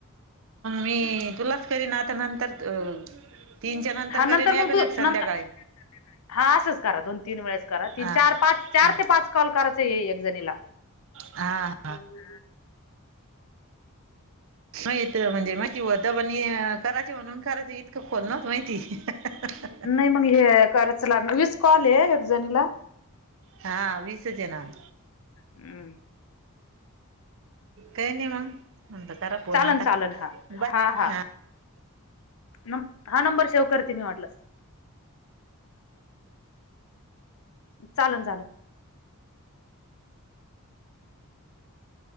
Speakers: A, on the right; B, on the left.
A: मी तुलाच करीन आता नंतर त तीनच्या नंतर
B: हा
A: करेन एक,
B: मग
A: अन्
B: तू
A: एक संध्याकाळी.
B: नंतर हा असंच करा दोन -तीन वेळेस करा, तीन,
A: हा
B: चार, पाच चार
A: हा
B: ते पाच कॉल करायचं एक जणीला.
A: हां.
B: भरण
A: माहित म्हणजे माहिती होत पण ये करायची म्हणून करायची इतकं खोल नायती माहिती. <unintelligible>
B: नाही मग हे काराचं लागणार वीस कॉल हे एक जणीला
A: हां वीसच येणार.
B: अं
A: काय नयी मा. नंतर करा फोन
B: चालनं
A: आता
B: चालनं हां
A: बाय
B: हां हां.
A: हा
B: नंम हां नंबर शेव करती मी वाटलंस. चालन झाल.